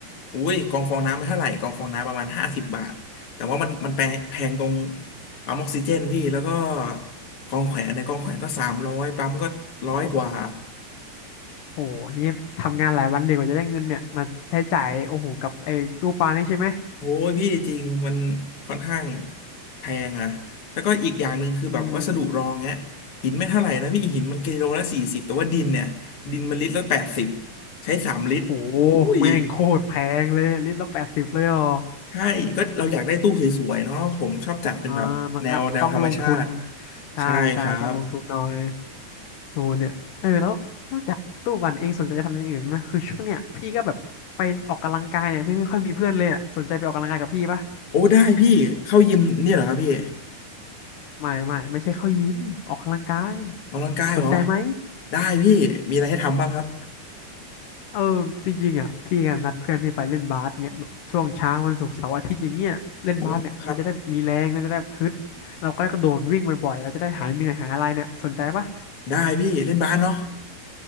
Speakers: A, on the left; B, on the left.
A: อุ้ยกองฟองน้ำไม่เท่าไหร่กองฟองน้ำประมาณห้าสิบบาทแต่ว่ามันมันแพงแพงตรงปั๊มออกซิเจนพี่แล้วก็กองแขวนเนี่ยกองแขวนก็สามร้อยปั๊มก็ร้อยกว่า
B: โอ้โหโอ้โหนี่ทำงานหลายวันเลยกว่าจะได้เงินเนี่ยมาใช้จ่ายโอ้โหกับไอ้ตู้ปลานี่ใช่ไหม
A: โอ้ยพี่จริงมันค่อนข้างแพงอะแล้วก็อีกอย่างหนึ่งคือแบบวัสดุรองเนี้ยหินไม่เท่าไหร่นะพี่หินมันกิโลละสี่สิบแต่ว่าดินเนี่ยดินมันลิตรละแปดสิบ
B: อืม
A: ใช้สามลิตรอุ้ย
B: โหแม่งโคตรแพงเลยลิตรละแปดสิบเลยเหรอ
A: ใช่ก็เราอยากได้ตู้สวยๆเนาะผมชอบจัดเป็นแบบแนวแนวธรรมชาติ
B: อ่ามันก็ต้องลงทุนใช่ใช่ต้องลงทุนหน่อย
A: ใช่ครับ
B: โอ้เนี่ยเออแล้วนอกจากตู้ปั่นเองสนใจจะทำอย่างอื่นไหมคือช่วงเนี้ยพี่ก็แบบไปออกกำลังกายเนี่ยพี่ไม่ค่อยมีเพื่อนเลยอ่ะสนใจไปออกกำลังกายกับพี่ปะ
A: โอ้ได้พี่เข้ายิมเนี่ยเหรอครับพี่
B: ไม่ไม่ไม่ใช่เข้ายิมออกกำลังกาย
A: ออกกำลังกายเหรอ
B: สนใจไหม
A: ได้พี่มีอะไรให้ทำบ้างครับ
B: เออจริงๆอ่ะพี่กันนัดเพื่อนพี่ไปเล่นบาสเนี่ยแบบช่วงเช้าวันศุกร์เสาร์อาทิตย์อย่างเงี้ยเล่นบาสเนี่ยมันจะได้มีแรงมันจะได้ฮึดเราก็กระโดดวิ่งบ่อยๆเราจะได้หายเหนื่อยหายอะไรเนี่ยสนใจปะ
A: โอ้ครับได้พี่เล่นบาสเนาะ